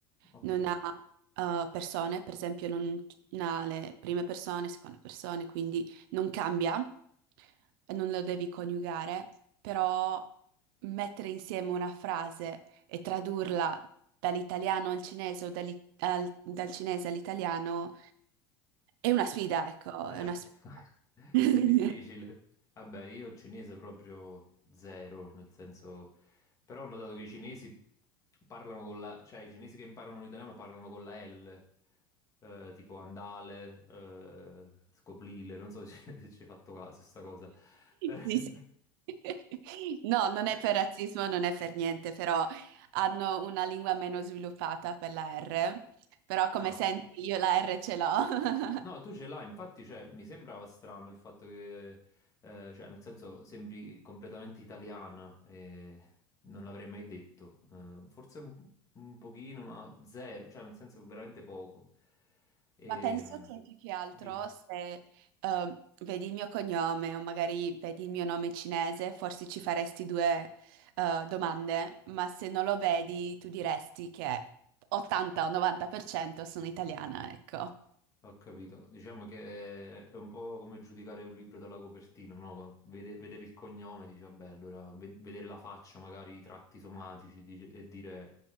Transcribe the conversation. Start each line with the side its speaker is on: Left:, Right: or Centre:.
Left: Ok,
Right: non
Left: eh,
Right: ha eh, persone, per esempio, non ha le prime persone, seconde persone, quindi non cambia, e non lo devi coniugare, però mettere insieme una frase e tradurla dall'italiano al cinese o dall'i- al- dal cinese all'italiano è una sfida, ecco,
Left: <laughs>
Right: è una sfida. <laughs>
Left: è difficile. Vabbè, io il cinese proprio zero, nel senso... Però ho notato che i cinesi parlano con la... cioè i cinesi che imparano l'italiano parlano con la L, eh, tipo andale, eh, scoprile, non so se <laughs> ci se ci hai fatto caso a sta cosa. <laughs>
Right: Sì, sì. <laughs> No, non
Left: Eh,
Right: è
Left: Mm.
Right: per razzismo, non è per niente, però hanno una lingua meno sviluppata per la R. Però come
Left: Ah,
Right: senti, io la R ce l'ho. <laughs>
Left: No, tu ce l'hai, infatti, cioè, mi sembrava strano il fatto che, eh, eh, cioè, nel senso, sembri completamente italiana e non l'avrei mai detto. Eh, forse un, un pochino, ma zero, cioè, nel senso, veramente poco. E,
Right: Ma penso che più che altro
Left: dici?
Right: se eh, vedi il mio cognome o magari vedi il mio nome cinese, forse ci faresti due eh, domande, ma se non lo vedi, tu diresti che 80 o 90% sono italiana, ecco.
Left: Ho capito. Diciamo che è un po' come giudicare un libro dalla copertina, no? Qua- vede- vedere il cognome, dici, vabbè, allora ve- vedere la faccia, magari i tratti somatici, dici- e dire,